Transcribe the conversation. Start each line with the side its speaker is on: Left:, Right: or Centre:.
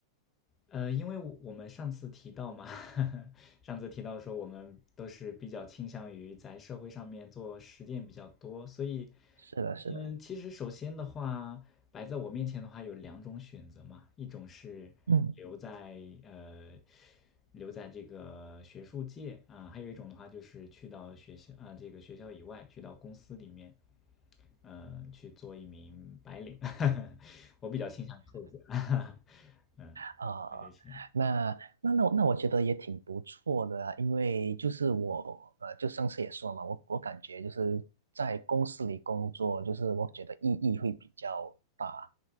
Left: 呃，因为我我们上次提到嘛，<laughs> 上次提到说我们都是比较倾向于在社会上面做实践比较多，所以，
Right: 是的，是的。
Left: 嗯，其实首先的话，摆在我面前的话有两种选择嘛，一种是留在呃
Right: 嗯，
Left: 留在这个学术界啊，还有一种的话就是去到学校啊这个学校以外，去到公司里面。嗯，去做一名白领，<laughs> 我比较倾向于后者，<laughs> 嗯，
Right: 啊，
Left: 我得些，
Right: 那那那我那我觉得也挺不错的啊因为就是我呃，就上次也说了嘛，我我感觉就是在公司里工作，就是我觉得意义会比较大，